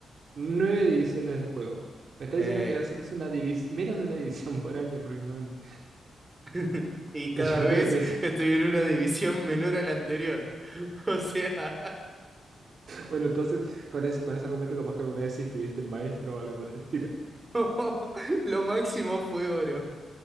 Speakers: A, on the right; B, on the right.
A: 9 divisiones del juego. Me está
B: Eh,
A: diciendo que haces una divis- menos de una <laughs> división por año aproximadamente.
B: <laughs>
A: <laughs>
B: y cada
A: Yo
B: vez
A: creo que es.
B: estoy en una división menor a la anterior. <laughs> O sea,
A: Bueno, entonces, con ese, con ese argumento, capaz que alguna vez sí estuviste en maestro o algo por el estilo.
B: <laughs> lo máximo fue oro.